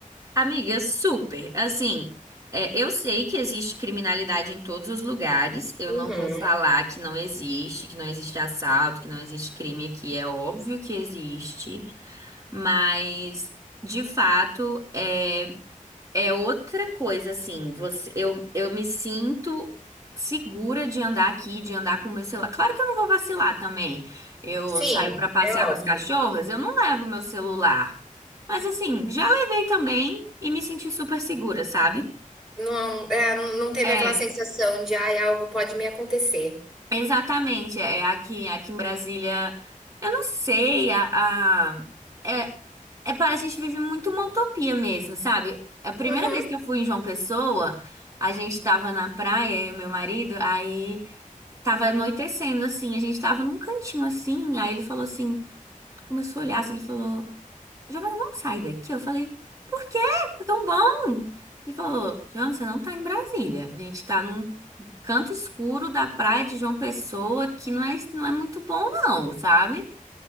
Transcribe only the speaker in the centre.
Uhum.
Sim,
é
óbvio.
Não, é, não, não teve
aquela sensação de, ai, algo pode me acontecer.
Uhum.